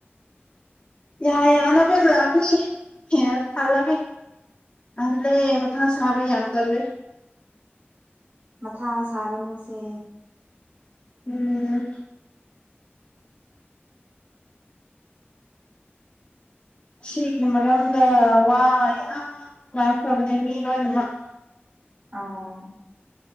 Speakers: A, on the left; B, on the right.
A: ꯌꯥ ꯌꯥꯅ ꯐ ꯂꯥꯛꯒꯅꯤ ꯊꯜꯂꯒꯦ ꯑꯜꯂꯦ ꯃꯊꯥ ꯁꯥꯕ ꯌꯥꯗꯂꯦ
B: ꯃꯊꯥ ꯁꯥꯔꯅꯨꯁꯦ
A: ꯎꯝ ꯁꯤꯒꯤ ꯃꯔꯝꯗ ꯋꯥ ꯌꯥꯝ ꯐꯕꯅꯦ ꯃꯤ ꯂꯣꯏꯅꯃꯛ
B: ꯑꯣ